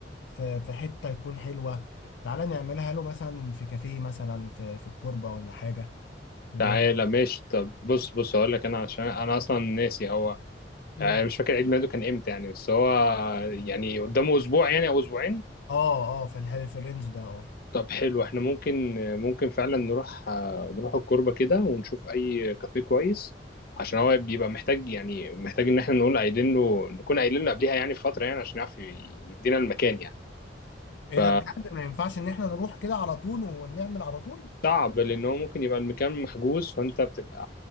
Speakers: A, on the left (about 75°); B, on the left (about 55°).
A: في في حتة تكون حلوة تعالى نعملها له مثلا في كافيه مثلا في في الكوربة ولا حاجة و...
B: تعالى ماشي طب بص بص هقول لك انا عشان انا اصلا ناسي هو
A: مم.
B: آه، مش فاكر عيد ميلاده كان امتى يعني بس هو يعني قدامه اسبوع يعني او اسبوعين
A: اه اه في الح- في الرينج ده اه
B: طب حلو احنا ممكن ممكن فعلا نروح آه، نروح الكوربة كده ونشوف اي كافيه كويس عشان هو بيبقى محتاج يعني محتاج ان احنا نقول قايلين له نكون قايلين له قبليها يعني بفترة يعني عشان يعرف يدينا المكان يعني
A: ايه
B: ف
A: ده بجد ما ينفعش ان احنا نروح كده على طول ونعمل على طول
B: صعب لان هو ممكن يبقى المكان محجوز فانت بتبقى